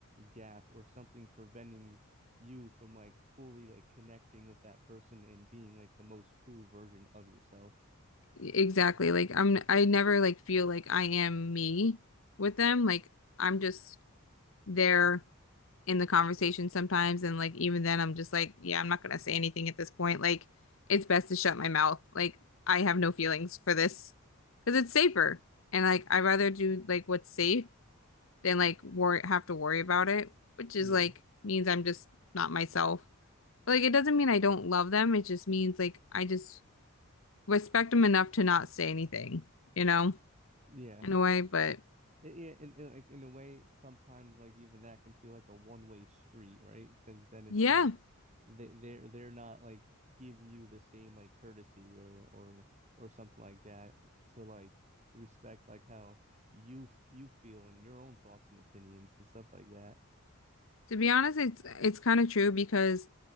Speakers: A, on the right; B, on the left.
A: gap or something preventing you from like fully like connecting with that person and being like the most true version of yourself.
B: exactly. Like I'm I never like feel like I am me with them. Like I'm just there in the conversation sometimes and like even then I'm just like, yeah, I'm not gonna say anything at this point. Like it's best to shut my mouth. Like I have no feelings for this because it's safer. And like I'd rather do like what's safe than like worry have to worry about it, which
A: Yeah.
B: is like means I'm just not myself. But, like it doesn't mean I don't love them. It just means like I just respect them enough to not say anything you know?
A: Yeah.
B: in a way, but
A: It, yeah, and, and, like in a way, sometimes like even that can feel like a one-way street, right? Because then it's
B: yeah,
A: like they they're they're not like giving you the same like courtesy or or or something like that to like respect like how you f- you feel and your own thoughts and opinions and stuff like that.
B: to be honest, it's it's kind of true because